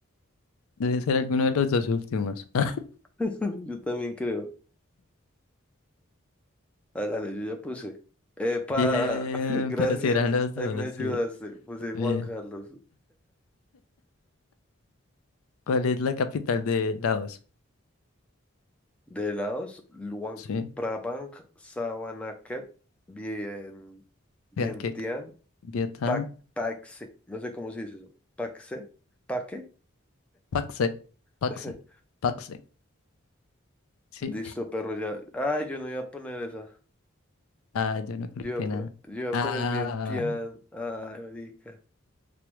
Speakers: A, on the left; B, in the centre.
A: debe ser alguno de los dos últimos. <laughs>
B: <laughs> Yo también creo. Hágale, yo ya puse. Epa,
A: Bien,
B: <laughs> gracias.
A: pero si eran los
B: Ahí
A: dos,
B: me ayudaste.
A: sí.
B: Puse
A: Bien.
B: Juan Carlos.
A: ¿Cuál es la capital de Laos?
B: De Laos, Luang
A: Sí.
B: Prabang Savanaket, Bien, Vientiane,
A: Viaquec, Vietnam,
B: Pac, Pacse. No sé cómo se dice eso. Paxe, Paque.
A: Paxe, Paxe,
B: <laughs>
A: Paxe. Sí.
B: Listo, perro, ya. Ay, yo no iba a poner esa.
A: Ah, yo no creo
B: Yo iba
A: que
B: a, po-
A: nada.
B: yo iba a
A: Ah,
B: poner bien Tian. Ay, marica.